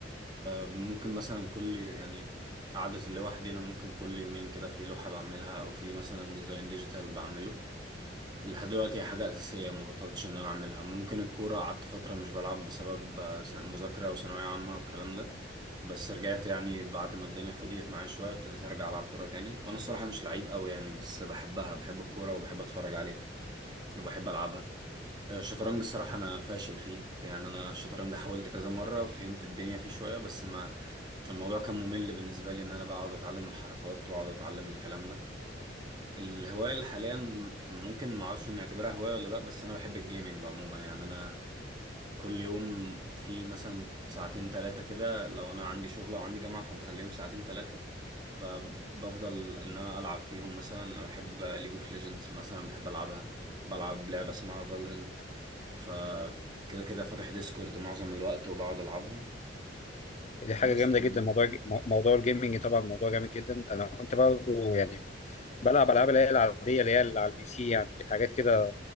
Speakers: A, on the right; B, on the left.
A: ممكن مثلا كل يعني قعدة اللي لوحدي أنا ممكن كل يومين كده في لوحة بعملها أو في مثلا ديزاين ديجيتال بعمله لحد دلوقتي هي حاجة أساسية ما بطلتش إن أنا أعملها ممكن الكورة قعدت فترة مش بلعب بسبب آه، سن- مذاكرة وثانوية عامة والكلام ده بس رجعت يعني بعد ما الدنيا فضيت معايا شوية ابتديت أرجع ألعب كورة تاني وأنا الصراحة مش لعيب أوي يعني بس بحبها بحب الكورة وبحب أتفرج عليها وبحب ألعبها آه، الشطرنج الصراحة أنا فاشل فيه يعني أنا الشطرنج حاولت كذا مرة فهمت الدنيا فيه شوية بس ما الموضوع كان ممل بالنسبة لي إن أنا بقى أقعد أتعلم الحركات وأقعد أتعلم الكلام ده الهواية اللي حاليا ممكن معرفش نعتبرها هواية ولا لأ بس أنا بحب الجيمنج عموما يعني أنا كل يوم في مثلا ساعتين تلاتة كده لو أنا عندي شغل أو عندي جامعة فمخليهم ساعتين تلاتة فبفضل إن أنا ألعب فيهم مثلا أنا بحب ليج اوف ليجندز مثلا بحب ألعبها بلعب لعبة اسمها فالورنت فكده كده فاتح ديسكورد معظم الوقت وبقعد ألعبهم
B: دي حاجة
A: بس
B: جامدة
A: يعني
B: جدا موضوع موضوع الجيمنج طبعا موضوع جامد جدا أنا كنت برضه يعني بلعب العاب اللي هي العاديه اللي هي اللي على البي سي يعني حاجات كده